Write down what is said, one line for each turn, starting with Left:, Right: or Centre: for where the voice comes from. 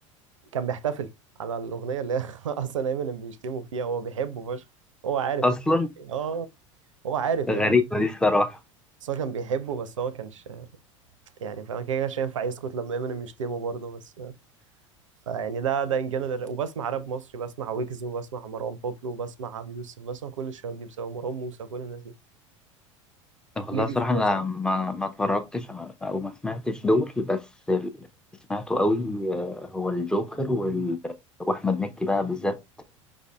Right: كان بيحتفل على الاغنيه اللي <laughs> اصلا امينيم بيشتمه فيها هو بيحبه فشخ هو عارف
Centre: اصلا
Right: امينيم اه هو عارف
Centre: غريبة
Right: امينيم
Centre: دي الصراحة
Right: بس هو كان بيحبه بس هو كانش يعني فاهم كده كانش ينفع يسكت لما امينيم يشتمه برضه بس فيعني ده ده ان جنرال وبسمع راب مصري بسمع ويجز وبسمع مروان بابلو وبسمع ابي يوسف بسمع كل الشباب دي بسبب مروان موسى كل الناس دي
Centre: والله
Right: ليجاسي
Centre: صراحة أنا
Right: مثلا
Centre: ما ما اتفرجتش على- أو ما سمعتش دول بس اللي سمعته قوي آه، هو الجوكر وال... وأحمد مكي بقى بالذات